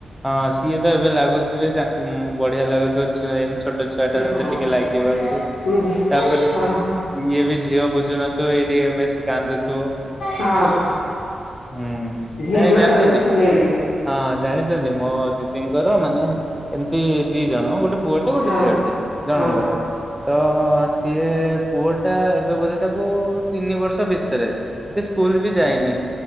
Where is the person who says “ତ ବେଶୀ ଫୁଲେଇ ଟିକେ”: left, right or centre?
Left